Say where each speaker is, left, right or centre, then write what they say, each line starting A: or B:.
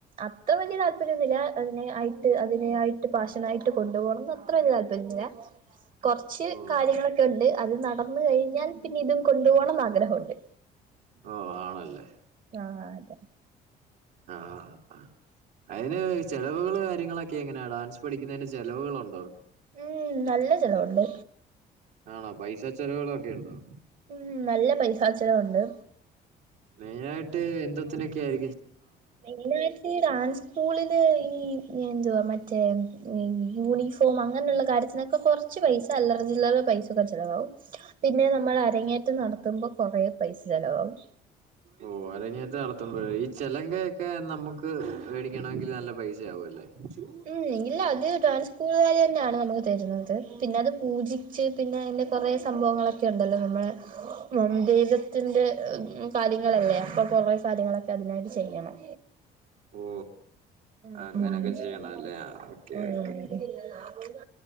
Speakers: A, on the right; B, on the right.
A: അത്ര വലിയ താല്പര്യൊന്നുമില്ല അതിനെ ആയിട്ട് അതിനെ ആയിട്ട് പാഷനായിട്ട് കൊണ്ടുപോണംന്ന് അത്ര വല താല്പര്യല്ല കൊറച്ച്
B: ഓ
A: കാര്യങ്ങളൊക്കെ ഉണ്ട് അത് നടന്ന് കഴിഞ്ഞാൽ പിന്നെ ഇതും കൊണ്ടു പോണംന്ന് ആഗ്രഹ ഉണ്ട്
B: ഓ ആണല്ലേ
A: ആഅതെ
B: ആഹ അ അതിന് ചെലവുകള് കാര്യങ്ങളൊക്കെ എങ്ങനെയാ ഡാൻസ് പഠിക്കുന്നതിന് ചെലവുകളൊണ്ടോ
A: ഉം നല്ല ചെലവൊണ്ട്
B: ആണോ പൈസ ചെലവുകളൊക്കെ ഉണ്ടോ
A: ഉം നല്ല പൈസ ചെലവുണ്ട്
B: മെയിന ആയിട്ട് എന്തത്തിനൊക്കെ ആയി
A: മെയിന ആയിട്ട് ഈ ഡാൻസ് സ്കൂളില് ഈ എന്തുവാ മറ്റേ യൂണിഫോം അങ്ങനെയുള്ള കാര്യത്തിനൊക്കെ കുറച്ച് പൈസ അല്ലറ ചില്ലറ പൈസൊക്കെ ചെലവാകും പിന്നെ നമ്മൾ അരങ്ങേറ്റം നടത്തുമ്പോൾ കുറെേ പൈസ ചിലവാകും
B: ഓ അതങ്ങത്ത് നടത്തുമ്പോഴ ഈ ചെലങ്ക ഒക്കെ നമുക്ക് മേടിക്കണമെങ്കിൽ നല്ല പൈസ ആവല്ലോ ല്ലെ ച്ചു
A: ഉം ഇല്ല അത് ഡാൻസ് കൂടുക തന്നെയാണ് നമുക്ക് തരുന്നത് പിന്നെ അത് പൂജിച്ച് പിന്നെ അതിന്റെ കുറേ സംഭവങ്ങളൊക്കെ ഉണ്ടല്ലോ നമ്മടെ <unintelligible> ത്തിന്റെ കാര്യങ്ങളല്ലേ അപ്പൊ കുറവേ കാര്യങ്ങളൊക്കെ അതിനായിട്ട് ചെയ്യണം
B: ഓ
A: ഉം
B: അങ്ങനൊക്കെ ചെയ്യണം
A: ഉം
B: അല്ലേ ആ ഓക്കെ ഓക്കെ
A: ആ